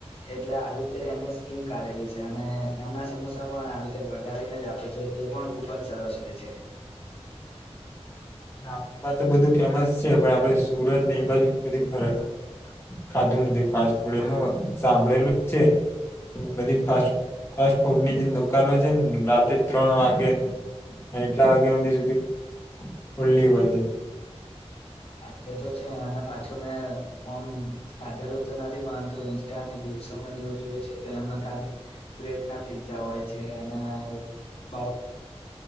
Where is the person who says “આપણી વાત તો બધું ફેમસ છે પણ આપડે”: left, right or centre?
Left